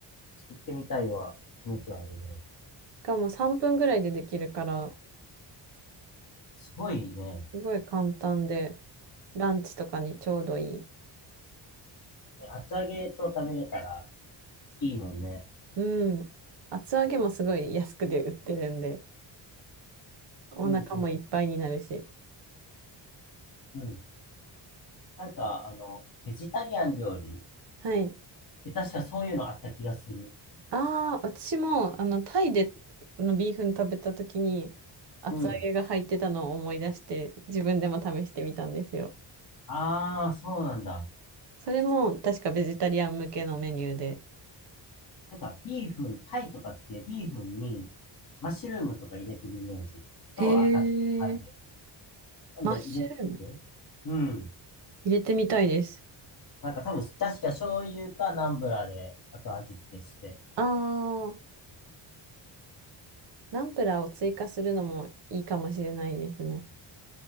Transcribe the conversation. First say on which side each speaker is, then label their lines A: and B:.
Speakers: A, on the left; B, on the right.
A: 作ってみたいは気持ちはあるね。
B: しかも3分ぐらいでできるから、
A: すごいね。
B: すごい簡単で、ランチとかにちょうどいい。
A: 厚揚げと食べれたらいいもんね。
B: うん。厚揚げもすごい安くで売ってるんで、お腹もいっぱいになるし。
A: うんうん。うん。なんか、あの、ベジタリアン料理
B: はい。
A: で確かそういうのあった気がする。
B: ああ、私も、あの、タイでのビーフン食べた時に、厚揚げが入ってたのを思い出して、
A: うん。
B: 自分でも試してみたんですよ。
A: ああ、そうなんだ。
B: それも、確かベジタリアン向けのメニューで。
A: なんか、ビーフン、タイとかってビーフンにマッシュルームとか入れてるイメージと赤、
B: へ
A: あれ、
B: え、
A: 今度入れてる、
B: マッシュルーム
A: うん。
B: 入れてみたいです。
A: なんか多分、確か醤油かナンブラーで、あと味付けして。
B: ああ、ナンプラーを追加するのもいいかもしれないですね。